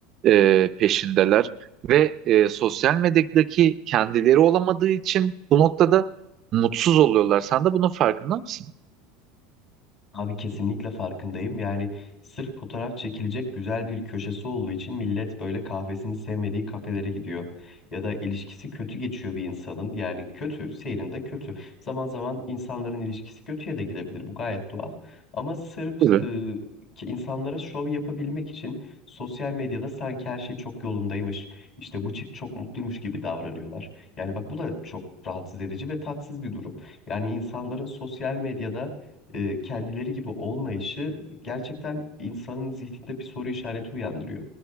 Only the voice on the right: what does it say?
e, peşindeler. Ve e, sosyal medyadaki kendileri olamadığı için bu noktada mutsuz oluyorlar. Sen de bunun farkında mısın?
Evet.